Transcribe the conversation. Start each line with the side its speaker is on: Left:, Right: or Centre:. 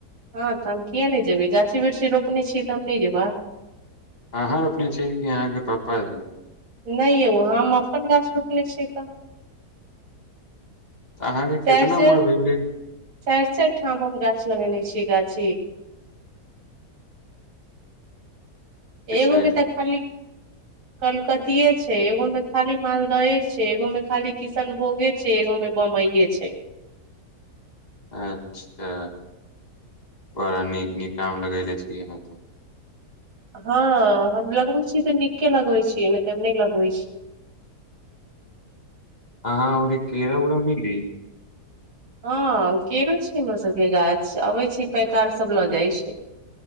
Right: हँ तऽ हम किया नहि ज जेबै गाछी वृक्षी रोपने छियै तऽ हम नहि जेबह
Left: अहां रुपने छी की आहाँ के पाप जी
Right: नहि यौ हम अपन गाछ रोपने छी तऽ
Left: तऽ अहाँके
Right: चारि
Left: कितना
Right: चारि
Left: उम्र भेलै
Right: चारि चारि ठाम हम गाछ लगेने छिय गाछी एगोमे
Left: छै
Right: तऽ खाली कलकतिेयाछै एगो में खाली मालदाहे छै एगो में खाली किशनभोगे छै सेबो बेचैछी छै
Left: अच्छा बड़ा नीक नीक कम लगले छियै अह तऽ
Right: हँ हम लगबै छीियै तऽ नीके लगबे छीियै नहि त हम नहि लगबै छीियै
Left: आ हँ ओरे कीरा उरा मिली
Right: हँ केरो छै हमर सबके गाछ अबै छै पैकार सब लऽ जाइ छै